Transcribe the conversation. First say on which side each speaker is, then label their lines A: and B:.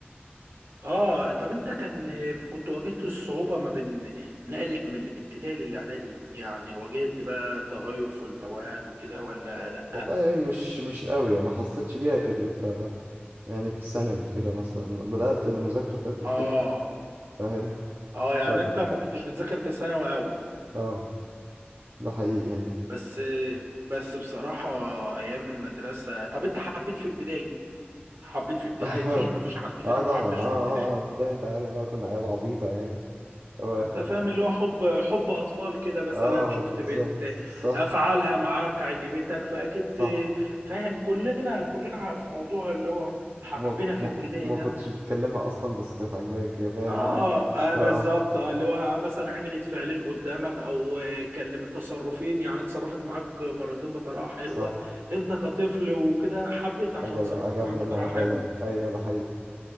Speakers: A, on the right; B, on the right.
A: اه طب انت كان كنت واجهت الصعوبة ما بين نقلك من الابتدائي للاعدادي يعني واجهت بقى تغير في المواد وكده ولا لا
B: والله مش مش قوي يعني ما حسيتش بيها غير في يعني في ثانوي كده مثلا بدأت المذاكرة بتاعتي
A: اه
B: تقل فاهم
A: اه يعني
B: ف
A: انت ما كنتش بتذاكر في ثانوي قوي
B: اه ده حقيقي يعني
A: بس بس بصراحة ايام المدرسة طب انت حبيت في ابتدائي حبيت في ابتدائي
B: <laughs>
A: اكيد ما فيش حد فينا
B: اه
A: محبش
B: طبعا اه
A: في
B: اه
A: ابتدائي
B: اه في ده انت عارف بقى كنا عيال عبيطة يعني و...
A: انت فاهم اللي هو حب حب اطفال كده مثلا
B: اه
A: شفت
B: بالظبط
A: بنت
B: صح
A: افعالها معاك عجبتك فاكيد
B: صح
A: فاهم كلنا كلنا في موضوع اللي هو حبينا
B: وما
A: في
B: وما
A: ابتدائي
B: وما
A: ده
B: كنتش بتكلمها اصلا بس كانت عاجباك يا فاهم
A: اه, آه بالظبط
B: اه اه.
A: اه اللي هو مثلا عملت فعلين قدامك او كلم تصرفين يعني اتصرفت معاك مرتين بطريقه حلوه
B: صح
A: انت كطفل وكده حبيت عشان
B: عجب
A: تصرفت
B: عجبني
A: معاك بطريقه
B: الموضوع
A: حلوه
B: ده ايوه ده حقيقي